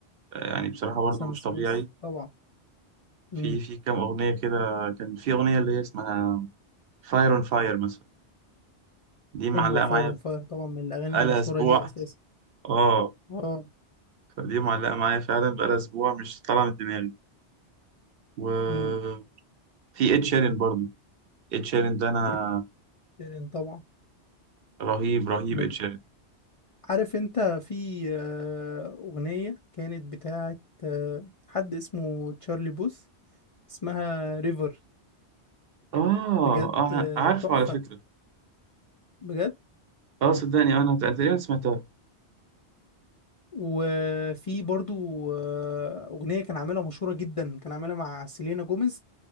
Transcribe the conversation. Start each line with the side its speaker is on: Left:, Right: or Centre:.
Right: آه يعني بصراحة برضو
Left: سام
Right: مش
Left: سميث
Right: طبيعي
Left: طبعا امم
Right: في في كام اغنية كده كان في اغنية اللي هي اسمها فاير اون فاير مثلا دي معلقة
Left: حلوه فاير
Right: معايا
Left: اون فاير طبعا من الاغاني
Right: بقالها
Left: المشهوره
Right: اسبوع
Left: ليه اساسا
Right: <laughs> اه
Left: اه
Right: فدي معلقة معايا فعلا بقالها اسبوع مش طالعة من دماغي وفي
Left: امم
Right: اد شيرين برضو ed شيران ده انا
Left: إد شيران طبعا
Right: رهيب رهيب
Left: من
Right: ed شيران
Left: عارف انت في آه، اغنية كانت بتاعت آه، حد اسمه تشارلي بوث اسمها ريفر
Right: اه
Left: بجد
Right: اه
Left: آه،
Right: عارفه
Left: تحفة
Right: على فكره
Left: بجد
Right: اه صدقني آه، انا تقريبا سمعتها
Left: وفي برضو آه، اغنية كان عاملها مشهورة جدا كان عاملها مع سيلينا جوميز